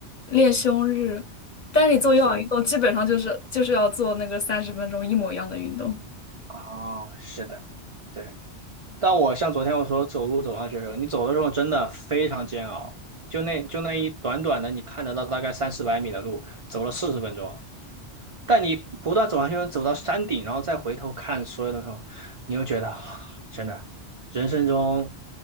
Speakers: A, on the left (about 40°); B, on the right (about 50°).
A: 练胸日。但是你做有氧运动，
B: 是。
A: 基本上就是就是要做那个三十分钟一模一样的运动。
B: 哦，是的，对。但我像昨天我说走路走上学的时候你走的时候真的非常煎熬，就那就那一短短的，你看得到大概三四百米的路，走了四十分钟。但你不断走上去，走到山顶，然后再回头看所有的时候，你又觉得啊真的，人生中